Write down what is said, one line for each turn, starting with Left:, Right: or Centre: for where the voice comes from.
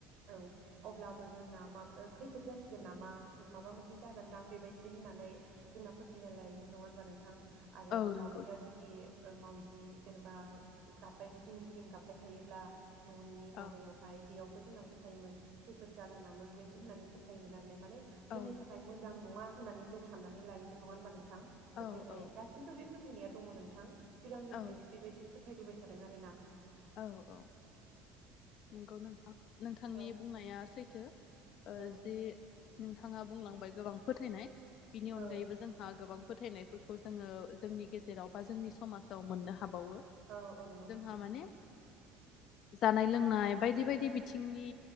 Right: औ अब्लाबो जोंना माब खैफोद जासिगोन नामा माबा मोनसे जागोनदां बेबायदि होननानै जोंना फोथायनाय लायोमोन नङा होनबा नोंथां आरो
Left: औ
Right: मावाउजिया
Left: नंगौ
Right: जुदि मावजि जेनेबा गाब्बाय गिदिं गिदिं गाब्बाय थायोब्ला न'नि माबायावहाय
Left: औ
Right: बेयावबो जोंना फोथायोमोन खैफोद जागोन नामा बेबायदि होननानै फोथायोमोन आरोना माने
Left: औ
Right: जोंनि
Left: नोंथां
Right: थाखाय मोजां नङा होननानै जों साननानै लायोमोन नङा होनबा नों थां फोथायनाय
Left: औ औ
Right: बे फोथायनाया दङ नोंथां सिगांनिफ्रायनो
Left: औ
Right: बेबायदि फोथायबोबाय थादों आरो ना
Left: औ औ नोंगौ नोंथां नोंथांनि
Right: औ
Left: बुंनाया सैथ थो ओ
Right: औ
Left: जि नोंथाङा बुंलांबाय गोबां फोथायनाय बिनि
Right: औ
Left: अनगायैबो जोंहा गोबां फोथायनायफोरखौ जोङो जोंनि गेजेराव बा जोंनि समाजाव मोननो हा हाबावो
Right: औ औ नंगौ
Left: जोंहा
Right: नोंथां
Left: माने जानाय लोंनाय बायदि बायदि बिथिंनि